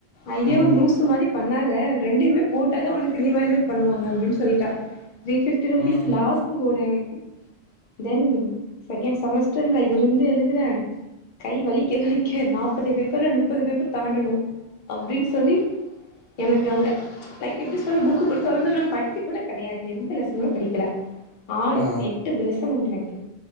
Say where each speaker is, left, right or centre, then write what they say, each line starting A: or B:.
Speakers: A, on the left; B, on the left.
A: ஐயோ
B: ம்
A: லூஸ் பண்ணாத ரெண்டுமே போட்டாதா உனக்கு ரிவேல்யூட் பண்ணுவாங்க அப்டின்னு சொல்லிட்டா த்ரீ ஃபிப்டி ருபீஸ்
B: ம்
A: லாஸ்ங் கூட இவன்க்கு தென் செகன்ட் செமஸ் டர்ல்ல இருந்து எழுதர கை வலிக்க வலிக்க நாப்பது பேப்பர் ல முப்பது பேப்பர் தாண்டணு அப்டின் சொல்லி எனக்கு அங்க லைக் எப்டி சொல்ல புக்குடுத்தவுடன நா படிக்கக் கூட கெடயாது எந்த லெசனு படிக்கல ஆறு
B: ஆ
A: எட்டு லெசன் உண்டு எனக்கு